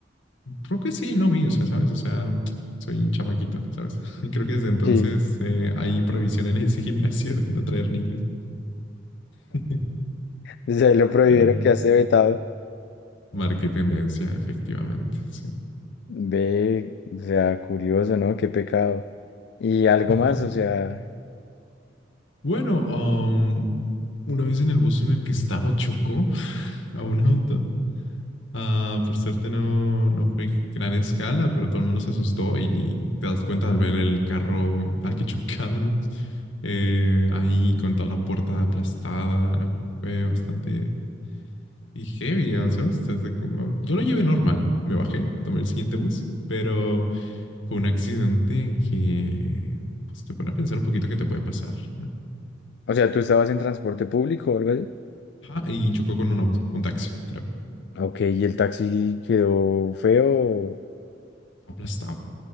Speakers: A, on the left (about 80°); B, on the left (about 60°).
A: Creo que sí, no vi, o sea, ¿sabes? O sea, soy un chamaquito, ¿sabes? <laughs> Creo que desde entonces
B: Sí,
A: eh, hay prohibición en ese <laughs> gimnasio de no traer niños. <laughs>
B: desde ahí lo prohibieron,
A: Pero
B: que hace vetado.
A: marqué tendencia, efectivamente, sí.
B: Ve, o sea, curioso, ¿no? Qué pecado. Y algo
A: <laughs>
B: más, o sea,
A: Bueno, um, una vez en el bus en el que estaba chocó <laughs> a un auto Ah, por suerte no, no fue gran escala, pero todo el mundo se asustó y te das cuenta al ver el carro al que <laughs> chocamos, eh, ahí con toda la puerta aplastada, ¿no? Fue bastante y heavy, ¿no? ¿sabes? Desde como- Yo lo llevé normal, me bajé, tomé el siguiente bus, pero fue un accidente que pues, te pone a pensar un poquito que te puede pasar, ¿no?
B: o sea, tú estabas en transporte público o algo así.
A: Ajá, y chocó con un auto, un taxi, creo,
B: Ok, y el taxi quedó feo.
A: aplastado,